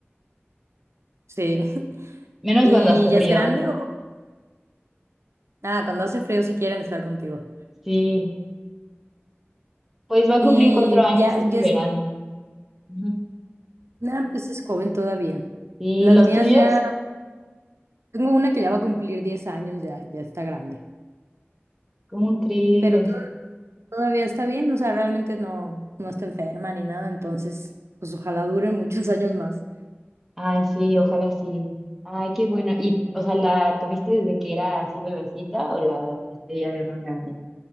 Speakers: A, on the right; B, in the centre.
A: Sí. <laughs>
B: Menos
A: ¿Y
B: cuando hace
A: ya
B: frío.
A: es grande o? Ah, cuando hace frío sí quieren estar contigo.
B: Sí, pues va a
A: Y
B: cumplir cuatro años
A: ya,
B: este
A: ya es,
B: verano. Ujú.
A: nada, pues es joven todavía.
B: ¿Y
A: Las
B: los
A: mías
B: tuyos?
A: ya, tengo una que ya va a cumplir 10 años, ya, ya está grande.
B: ¿Cómo crees?
A: Pero to- todavía está bien, o sea, realmente no, no está enferma ni nada, entonces, pues ojalá duren muchos <laughs> años más.
B: Ay, sí, ojalá sí. Ay, qué bueno. ¿Y, o sea, la tuviste desde que era así bebecita o la adoptaste ya de más grande?